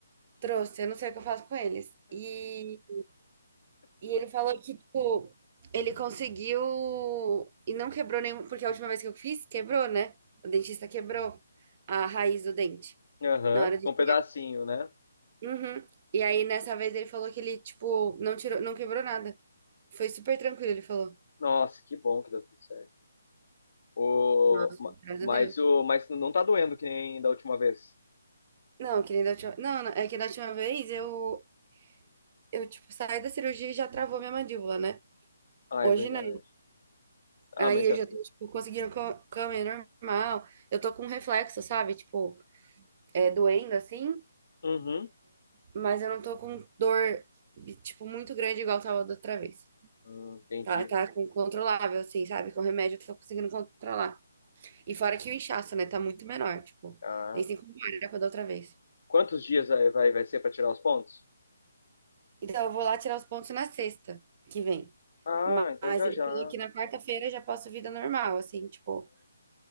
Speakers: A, on the right; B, on the left.
A: Trouxe, eu não sei o que eu faço com eles. E, e ele falou que, tipo, ele conseguiu e não quebrou nenhum, porque a última vez que eu fiz, quebrou, né? O dentista quebrou a raiz do dente.
B: <laughs> Aham.
A: Na hora de
B: Com um pedacinho, né?
A: Uhum. E aí, nessa vez, ele falou que ele, tipo, não tirou, não quebrou nada. Foi super tranquilo, ele falou.
B: Nossa, que bom que deu tudo certo. O...
A: Nossa,
B: ma-
A: graças
B: Mas,
A: a Deus.
B: o... mas não tá doendo que nem da última vez.
A: Não, que nem da última... Não, não, é que da última vez eu, eu, tipo, saí da cirurgia e já travou minha mandíbula, né?
B: Ah,
A: Hoje
B: é verdade.
A: não.
B: Ah,
A: Aí
B: mas
A: eu
B: tá.
A: já tô, tipo, conseguindo co- comer normal. Eu tô com reflexo, sabe? Tipo, é doendo assim,
B: Uhum.
A: mas eu não tô com dor, tipo, muito grande igual tava da outra vez.
B: Hum, entendi.
A: Tá, tá com- controlável, assim, sabe? Com remédio eu tô conseguindo controlar. E fora que o inchaço, né, tá muito menor, tipo,
B: Ah.
A: nem se compara com a da outra vez.
B: Quantos dias aí vai, vai ser pra tirar os pontos?
A: Então eu vou lá tirar os pontos na sexta que vem.
B: Ah,
A: Mas
B: então já
A: ele
B: já.
A: falou que na quarta-feira já posso vida normal, assim, tipo,